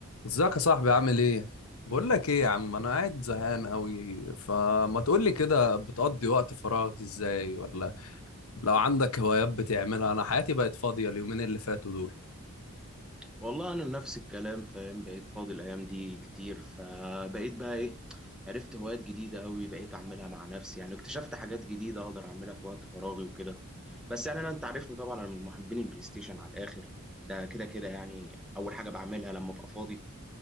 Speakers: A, on the left; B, in the centre.
A: ازيك يا صاحبي عامل ايه؟ بقول لك ايه يا عم انا قاعد زهقان قوي فما تقول لي كده بتقضي وقت فراغك ازاي ولا لو عندك هوايات بتعملها انا حياتي بقت فاضية اليومين اللي فاتوا دول
B: والله انا نفس الكلام فاهم بقيت فاضي الايام دي كتير فبقيت بقى ايه عرفت هوايات جديده قوي بقيت اعملها مع نفسي يعني اكتشفت حاجات جديده اقدر اعملها في وقت فراغي وكده بس يعني انا انت عارفني طبعا انا من محبين البلاي ستيشن على الاخر ده كده كده يعني اول حاجه بعملها لما ابقى فاضي